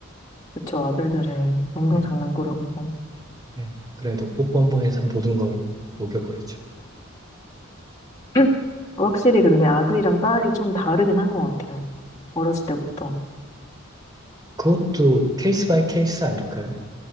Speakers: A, on the left (about 15°); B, on the right (about 20°).
A: 그쵸, 아들들은 완전
B: 네,
A: 장난꾸러기죠.
B: 네. 그래도 뽀뽀 한 번에 사- 모든 걸 녹여버리죠.
A: <clears throat> 확실히 근데 아들이랑 딸이 좀 다르긴 한 것 같아요. 어렸을 때부터.
B: 그것도 케이스 바이 케이스 아닐까요?